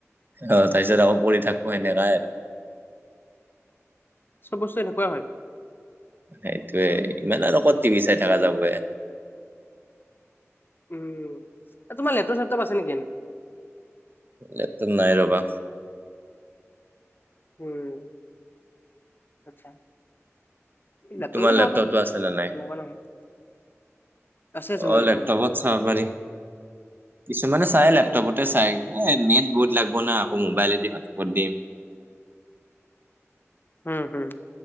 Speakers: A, on the right; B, on the left.
A: অঁ তাৰপিছত আকৌ পঢ়ি থাকো সেনেকাই আৰু।
B: চব বস্তু এনেকুৱাই হয়।
A: সেইটোয়ে ইমান আৰু কত টিভি চাই থকা যাব হে।
B: উম, এ তোমাৰ লেপটপ চেপটপ আছে নেকি?
A: লেপটপ নাই ৰবা।
B: উম', আচ্ছা। লেপটপটো
A: তোমাৰ
B: চাব পাৰি,
A: আছে নে নাই?
B: তেনেকা নহয়। আছে তোমাৰ
A: অ'
B: লেপটপত?
A: লেপটপত চাব পাৰি? কিছুমানে চাই লেপটপতে
B: উম
A: চাই, এই নেট বহুত লাগব না আকৌ মোবাইলেদি হটস্পট দিম।
B: হুম-হুম,